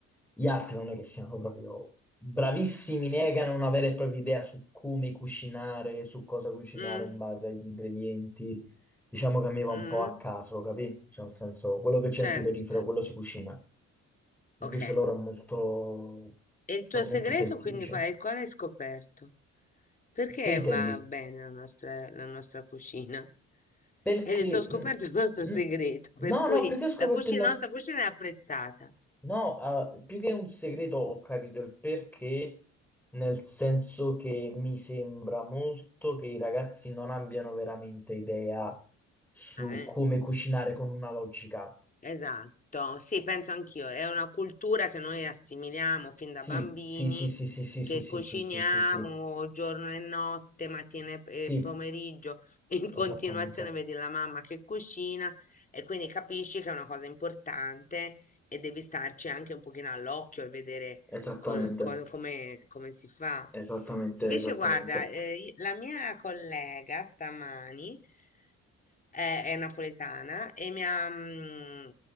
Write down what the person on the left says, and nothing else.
Mm,
mm,
certo.
Ok.
E il
tuo segreto,
quindi,
qual è? Qual hai scoperto? Perché
va bene la nostra la nostra cucina?
Hai detto: "Ho scoperto
il nostro
segreto", per
cui
la cucina
la nostra cucina è apprezzata.
Ah, eh.
Esatto, sì, penso anch'io. È una cultura che noi assimiliamo fin
da bambini,
che
cuciniamo
giorno e notte, mattina e
e pomeriggio, <laughs> in continuazione
vedi la mamma che cucina e quindi capisci che è una cosa importante e devi starci anche un pochino all'occhio e vedere
co- co- come, come si fa.
Invece,
guarda, eh, i- la mia collega stamani è, è napoletana e mi ha, mm,